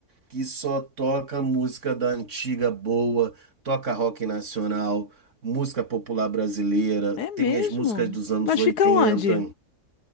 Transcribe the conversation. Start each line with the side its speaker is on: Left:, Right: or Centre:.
Right: que só toca música da antiga boa, toca rock nacional, música popular brasileira,
Left: É mesmo?
Right: tem as músicas dos anos
Left: Mas
Right: 80.
Left: fica onde?